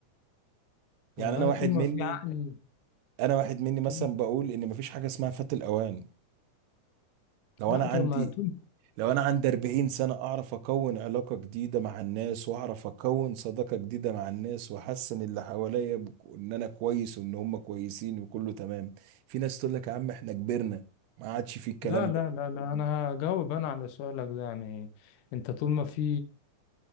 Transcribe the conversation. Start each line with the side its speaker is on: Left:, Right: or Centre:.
Right: يعني
Left: والله
Right: انا واحد
Left: طول ما
Right: مني
Left: في عقل
Right: انا واحد مني مثلا
Left: طول
Right: بقول ان مفيش حاجة اسمها فات الاوان لو
Left: لا
Right: انا عندي
Left: طب ما طول
Right: لو انا عندي 40 سنة اعرف اكون علاقة جديدة مع الناس واعرف اكون صداقة جديدة مع الناس واحسن اللي حواليا بك- ان انا كويس وان هم كويسين وكله تمام في ناس تقول لك يا عم احنا كبرنا ما عادش في الكلام
Left: لا لا
Right: ده
Left: لا لا انا هجاوب انا على سؤالك ده يعني انت طول ما في